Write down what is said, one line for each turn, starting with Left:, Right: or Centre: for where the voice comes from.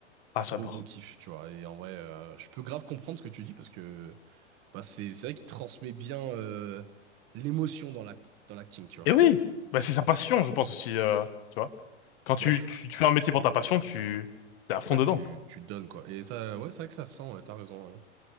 Left: Ah, j'adore.
Right: Gros, gros kiff, tu vois. Et en vrai, euh, je peux grave comprendre ce que tu dis, parce que... Bah, c'est c'est vrai qu'il transmet bien euh, l'émotion dans l'act- dans l'acting, tu vois.
Left: Et oui, bah, c'est sa passion, je pense aussi, euh, tu vois. Quand tu,
Right: Bon, je-
Left: tu, tu fais un métier pour ta passion, tu t'es à fond
Right: ouais,
Left: dedans.
Right: tu, tu donnes, quoi. Et ça, ouais, c'est vrai que ça sent, ouais, t'as raison. ouais.